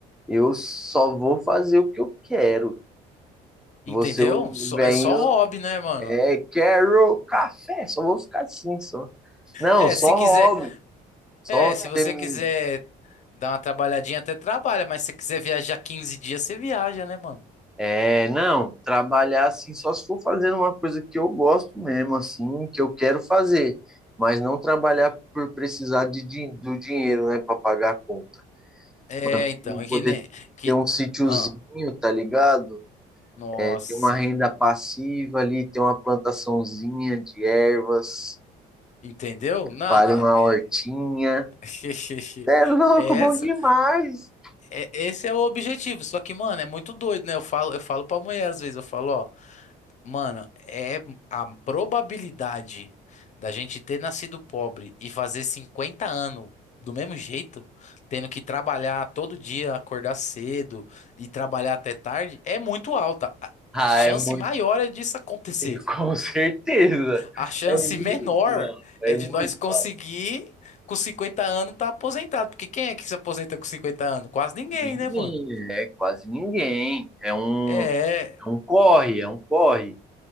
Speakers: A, in the centre; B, on the left.
A: Eu só vou fazer o que eu quero. Você,
B: Entendeu?
A: o
B: Só-
A: venho,
B: é só hobby, né, mano?
A: é, quero café. Só vou ficar assim, só. Não,
B: É,
A: só
B: se quiser,
A: hobby. Só
B: é, se você
A: tem,
B: quiser dar uma trabalhadinha, até trabalha, mas se você quiser viajar 15 dias, você viaja, né, mano?
A: é, não, trabalhar assim, só se for fazendo uma coisa que eu gosto mesmo, assim, que eu quero fazer. Mas não trabalhar por precisar de, din- do dinheiro, né, para pagar a conta.
B: É,
A: Mano,
B: então,
A: não
B: é que
A: poder
B: nem que,
A: ter um sítiozinho,
B: ah.
A: tá ligado?
B: Nossa,
A: É, ter uma renda passiva ali, ter uma plantaçãozinha de ervas,
B: entendeu? Não,
A: vale
B: é,
A: uma
B: é...
A: hortinha.
B: <laughs>
A: Cê É louco,
B: Essa,
A: bom demais.
B: é- esse é o objetivo. Só que, mano, é muito doido, né? Eu falo, eu falo pra mulher às vezes, eu falo, ó, mano, é a probabilidade da gente ter nascido pobre e fazer 50 anos do mesmo jeito, tendo que trabalhar todo dia, acordar cedo e trabalhar até tarde, é muito alta. A,
A: Ah,
B: a chance
A: é muito,
B: maior é disso acontecer.
A: <laughs> com certeza.
B: A chance
A: É muito
B: menor
A: alto, é
B: é de
A: muito
B: nós conseguir
A: alto.
B: com 50 anos estar aposentado. Porque quem é que se aposenta com 50 anos? Quase ninguém,
A: Ninguém,
B: né, mano?
A: é quase ninguém. É um,
B: É,
A: é um corre, é um corre.